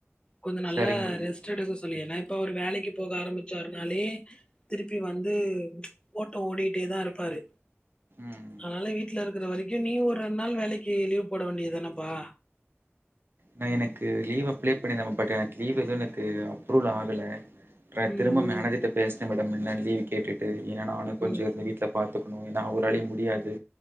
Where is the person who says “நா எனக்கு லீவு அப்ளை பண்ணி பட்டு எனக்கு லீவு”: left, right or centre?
Right